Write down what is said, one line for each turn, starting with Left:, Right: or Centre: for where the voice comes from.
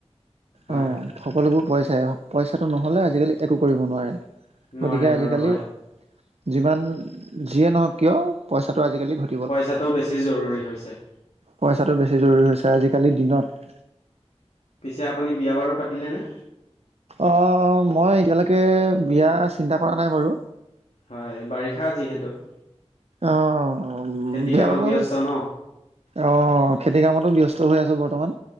Left: হয়
Right: অ'।
Left: হয়
Right: সকলোবোৰ পইচাই পইচাটো নহ'লে আজিকালি একো কৰিব নোৱাৰে,
Left: নোৱাৰে
Right: গতিকে আজিকালি
Left: বাৰু হয়
Right: যিমান যিয়ে নহওঁক কিয় পইচাটো আজিকালি ঘট-
Left: পইচাটো বেছি জৰুৰী হৈছে।
Right: পইচাটো বেছি জৰুৰী হৈছে, আজিকালিৰ দিনত।
Left: পিছে আপুনি বিয়া -বাৰু পাতিলেনে?
Right: অ', মই এতিয়ালৈকে বিয়া চিন্তা কৰা নাই বাৰু।
Left: হয়, বাৰিষা যিহেতু।
Right: অ',
Left: খেতি
Right: বিয়া
Left: কামত
Right: বাৰুজ
Left: ব্যস্ত ন
Right: অ', খেতি কামতো ব্যস্ত হৈ আছোঁ বৰ্তমান।